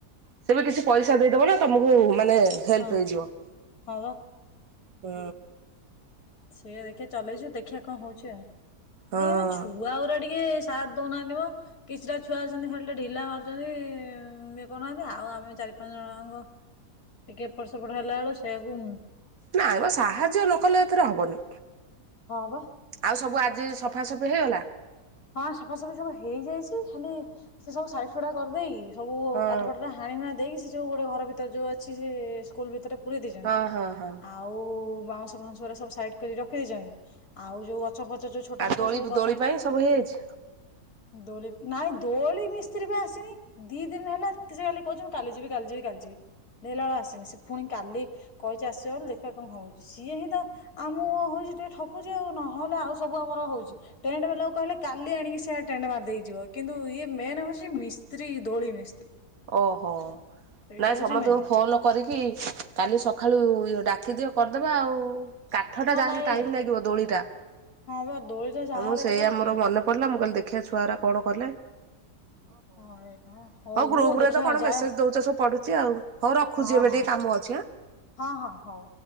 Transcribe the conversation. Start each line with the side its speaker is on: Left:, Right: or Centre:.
Right: ସେ ବି କିଛି ପଇସା ଦେଇଦବ ଲୋ ତମକୁ ମାନେ ହେଲ୍ପ
Left: ହଁ
Right: ହେଇଯିବ
Left: ହଁ ଵା।।
Right: ହୁଁ।।
Left: ସେଇଆା ଦେଖି ଚଲେଇଛୁ ଦେଖିବାଆ କଣ ହଉଛି ଆଉ
Right: ହଁ।
Left: <inaudible> ଛୁଆ ଗୁରା ଟିକେ ସାଥ ଦଉନାହାନ୍ତି ମ କିଛିଟା ଛୁଆ ଅଛନ୍ତି ଖାଲି ଢିଲା ମାରୁଛନ୍ତି ଇଏ କରୁନାହାନ୍ତି ଆଉ ଆମେ ଚାରି ପାଞ୍ଚ ଜଣଙ୍କ ଟିକେ ଏପଟ ସେପଟ ହେଲା ବେଳ ସେଆକୁ
Right: ନାଇଁମ ସାହାଯ୍ୟ ଲୋକ ନ କଲେ ଏଥରେ ହେବନି।।
Left: ହଁ ବା
Right: ଆଉ ସବୁ ଆଜି ସଫାସଫି ହେଇଗଲା।।
Left: ହଁ ସଫାସଫି ସବୁ ହେଇଯାଇଛି ଖାଲି ସେ ସବୁ ସାଇଜିସୁଡା କରିଦେଇକି ସବୁ
Right: ହଁ
Left: କାଠଫଟୋ ହାଣି ହୁଣା ଦେଇକି ସୁ ଯୋଉ ଗୋଟେ ଘର ଭିତରେ ଯୋଉ ଅଛି ସେ ସ୍କୁଲ ଭିତରେ ପୁରେଇ ଦେଇଛନ୍ତି
Right: ହଁ ହଁ ହଁ।
Left: ଆଉ ବାଉଁଶ ଫାଉଁଶରେ ସବୁ ସାଇଡ କରି ରଖି ଦେଇଛନ୍ତି। ଆଉ ଯୋଉ ଗଛ ଫଛ ଯୋଉ ଛୋଟ
Right: ଆ
Left: ଛୋଟ
Right: ଦୋଳି
Left: ସବୁ ଗଛ
Right: ଦୋଳି
Left: ଫଛ
Right: ପାଇଁ ସବୁ ହେଇଯାଇଛି
Left: ଦୋଳି ନାଇଁ ଦୋଳି ମିସ୍ତ୍ରୀ ବା ଆସିନି ଦି ଦିନ ହେଲା ସେ ଖାଲି କହୁଛି ମୁଁ କାଲି ଯିବି କାଲି ଯିବି କାଲି ଯିବି ଦେଖିଲା ବେଳୁ ଆସିନି ସେ ପୁଣି କାଲି କହିଛି ଆସିବ ବୋଲି ଦେଖିଆ କଣ ହଉଛି ସିଏ ହିଁ ତ ଆମୁକୁ ହଉଛି ଟିକେ ଠକୁଛି ଆଉ ନହେଲେ ଆଉ ସବୁ ଆମର ହଉଛି ଟେଣ୍ଟ ବେଲାକୁ କହିଲେ କାଲି ଆଣିକି ସେ ଟେଣ୍ଡ ମାରିଦେଇଯିବ କିନ୍ତୁ ଇଏ ମେନ୍ ହଉଛି ମିସ୍ତ୍ରୀ ଦୋଳି ମିସ୍ତ୍ରୀ।
Right: ଓ ହୋ
Left: ସେଇଟା
Right: ନାଇଁ ସମସ୍ତଙ୍କୁ
Left: ହଉଛି ମେନ୍
Right: ଫୋନ କରିକି କାଲି ସକାଳୁ ଇ ଡା ଡାକି ଦିଅ କରିଦବା ଆଉ। କାଠ ଟା
Left: ହଁ
Right: ଯାହାହେଲେ
Left: ନାଇଁ
Right: ଟାଇମ୍ ଲାଗିବ ଦୋଳିଟା
Left: ହଁ ବା ଦୋଳିଟା ଯାହାହେଲେ
Right: ମୁଁ ସେଇୟା
Left: ତାପରେ
Right: ମୋର
Left: ତି
Right: ମନେ ପଡିଲା ମୁଁ କହିଲ ଦେଖ ଖିଆ ଛୁଆ ଗୁରା କଣ କଲେ?
Left: ହଁ ହଉ
Right: ଗ୍ରୁପ
Left: ମୁଁ
Right: ରେ
Left: ଦେଖିବା
Right: ତ କଣ
Left: ଯାଏ
Right: ମେସେଜ ଦଉଛ ସବୁ ପଢୁଛି ଆଉ ହଉ ରଖୁଛି
Left: ହଁ
Right: ଏବେ
Left: ହଁ
Right: ଟିକେ କାମ ଅଛି ଏଁ।
Left: ହଁ ହଁ ହଉ।